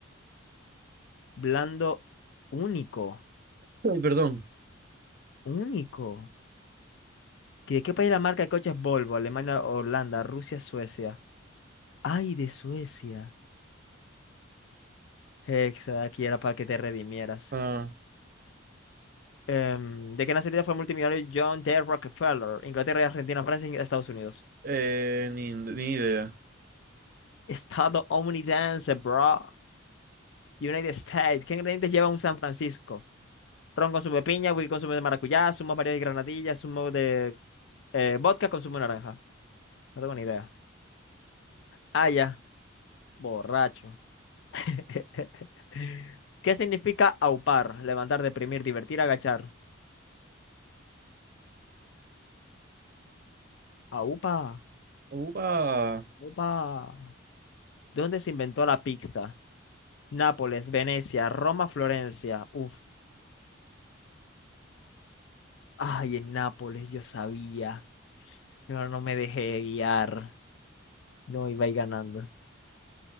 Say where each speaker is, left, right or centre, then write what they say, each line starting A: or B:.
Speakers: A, on the left; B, on the right.
A: Blando único.
B: Ay, perdón.
A: Único. ¿De qué país la marca de coches Volvo? Alemania, Holanda, Rusia, Suecia. Ay, de Suecia. Hexa, aquí era para que te redimieras.
B: Ah,
A: Em, ¿de qué nacionalidad fue el multimillonario John D. Rockefeller? Inglaterra, Argentina, Francia y Estados Unidos.
B: eh, ni, ni idea.
A: Estadounidense, bro. United States. ¿Qué ingredientes lleva un San Francisco? Ron con zumo de piña, whisky con zumo de maracuyá, zumo de varios y granadillas, zumo de eh, vodka con zumo de naranja. No tengo ni idea. Ah, ya, borracho. <laughs> ¿Qué significa aupar? Levantar, deprimir, divertir, agachar. Aupa,
B: Uva.
A: aupa. ¿Dónde se inventó la pizza? Nápoles, Venecia, Roma, Florencia. Uf. Ay, en Nápoles, yo sabía. Pero no me dejé guiar. No iba a ir ganando.